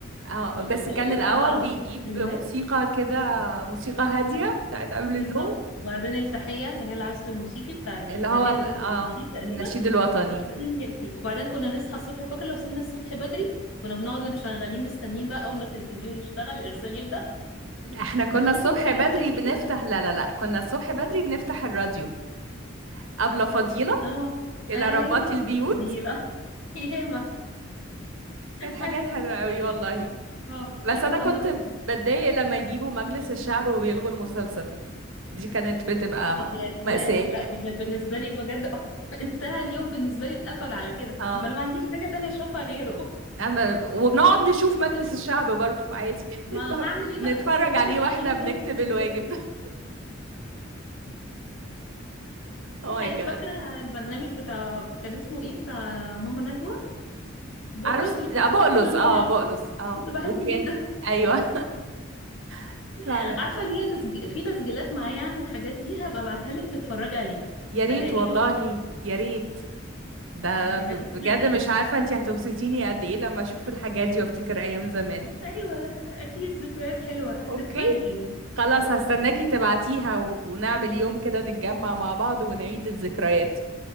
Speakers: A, on the right (about 80°); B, on the left (about 80°).
A: اه
B: ال...
A: بس
B: ال-
A: كان
B: الاربع
A: الأول
B: او
A: بيجيب
B: الخمس الوان
A: موسيقى كده موسيقى هادية بتاعت قبل
B: بالظبط
A: النوم
B: وبعدين التحيه اللي هي العزف الموسيقي بتاع النشيد
A: اللي هو ال-
B: الحكومي
A: اه
B: النشيد تقريبا
A: النشيد الوطني
B: وبعدين يقفل. وبعدين كنا نصحى الصبح فاكر لو صحينا الصبح بدري كنا بنقعد مشغلين مستنيين بقى اول ما التلفزيون يشتغل الارسال يبدا
A: لا، احنا كنا
B: تفتكري
A: الصبح
B: حاجه
A: بدري
B: زي كده
A: بنفتح لا لا لا كنا الصبح بدري بنفتح الراديو أبلة فضيلة
B: اه
A: إلى
B: ايوه
A: ربات البيوت
B: ام الفضيله <laughs> ياما
A: كانت حاجات
B: ايوه
A: حلوة قوي والله
B: اه
A: بس
B: لا وكنت
A: انا كنت
B: برضه
A: بتضايق لما يجيبوا مجلس الشعب وبيلغوا المسلسل دي كانت بتبقى
B: دي كانت
A: مأساة
B: واو لا دي كانت بالنسبة لي بجد <laughs> انتهى اليوم بالنسبة لي اتقفل على كده
A: اه
B: ما انا ما عنديش حاجة تانية اشوفها غيره
A: أنا وبنقعد نشوف مجلس الشعب برضو عادي
B: ما
A: <laughs>
B: هعمل ايه
A: بنتفرج
B: بقى كنت بضطر
A: عليه
B: اشغله
A: واحنا بنكتب
B: خلاص بس
A: الواجب
B: كنت
A: <laughs> او ماي
B: هي
A: جاد
B: فاكرة البرنامج بتاع كان اسمه ايه بتاع ماما نجوى بقلوز
A: عروس
B: اللي
A: لا
B: كان
A: بقلص
B: فيه كل
A: اه
B: جمعة
A: بقلص اه
B: كنت بحبه
A: وكان
B: جدا
A: ايوه <laughs>
B: <laughs>
A: فعلا
B: عارفة اللي هي تسجي... في تسجيلات معايا عن الحاجات دي هبقى ابعتها لك تتفرجي عليها
A: يا ريت
B: هتعجبك
A: والله
B: قوي
A: يا ريت ده
B: يعني
A: ب-
B: هتتفاجئي
A: بجد مش عارفة انتي هتبسطيني قد ايه لما اشوف الحاجات دي وافتكر ايام زمان
B: ايوه اكيد ذكريات حلوة
A: اوكي
B: هتتفاجئي
A: خلاص
B: اوكي
A: هستناكي تبعتيها و... ونعمل يوم كده نتجمع مع بعض ونعيد الذكريات